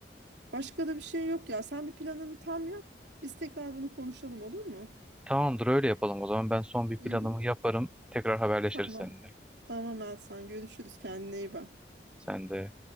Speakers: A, on the right; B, in the centre.
A: Başka da bir şey yok ya. Sen bir planını tam yap. Biz tekrar bunu konuşalım olur mu?
B: Tamamdır öyle yapalım o zaman. Ben son bir
A: Hı
B: planımı
A: hı.
B: yaparım. Tekrar haberleşiriz
A: Tamam.
B: seninle.
A: Tamam Elsan. Görüşürüz. Kendine iyi bak.
B: Sen de